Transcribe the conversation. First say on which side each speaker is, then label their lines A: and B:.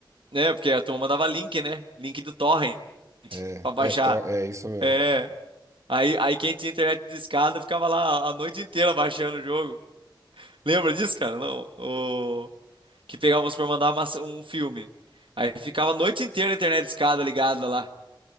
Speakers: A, on the right; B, on the right.
A: né? Porque a turma mandava link, né? Link do torrent
B: é,
A: pra baixar.
B: é, to- é isso mesmo.
A: É. Aí, aí quem tinha internet de discada ficava lá a noite inteira baixando o jogo. Lembra disso, cara? Não. O... Que pegávamos por mandar uma- um filme. Aí ficava a noite inteira a internet de discada ligada lá.